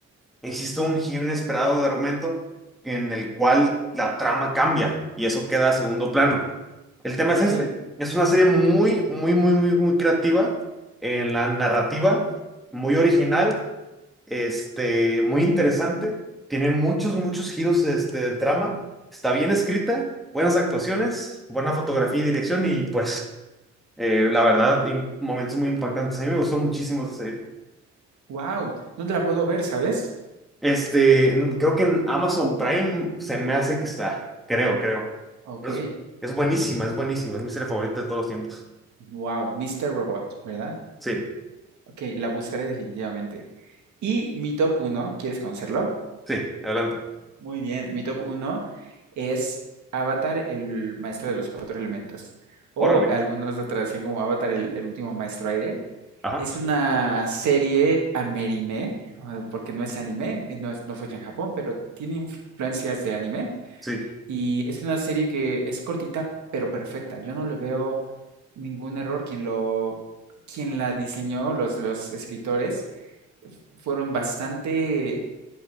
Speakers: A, in the centre; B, on the right (about 70°).
A: existe un giro inesperado de argumento en el cual la trama cambia y eso queda a segundo
B: oh.
A: plano. El tema
B: Ok,
A: es este. Es una serie muy, muy, muy, muy, muy creativa en la narrativa, muy original, este, muy interesante. Tiene muchos, muchos giros este, de trama. Está bien escrita, buenas actuaciones, buena fotografía y dirección y pues eh, la verdad, im- momentos muy impactantes. A mí me gustó muchísimo esa serie.
B: wow. ¿Dónde la puedo ver, sabes?
A: Este, creo que en Amazon Prime se me hace que está, creo, creo.
B: Ok,
A: Pero Es, es buenísima, es buenísima, es mi serie favorita de todos los tiempos.
B: wow, Mister Robot, ¿verdad?
A: Sí,
B: Ok, la buscaré definitivamente. Y mi top uno, ¿quieres conocerlo?
A: sí, adelante.
B: Muy bien, mi top 1 es Avatar, el maestro de los cuatro elementos. O
A: Órale.
B: algunos lo traducían como Avatar, el, el último maestro aire.
A: Ajá,
B: Es una serie amerime, ah, porque no es anime, eh, no, es- no fue hecha en Japón, pero tiene influencias de anime.
A: sí.
B: Y es una serie que es cortita, pero perfecta. Yo no le veo ningún error. Quien lo, quien la diseñó, los, los escritores, fueron bastante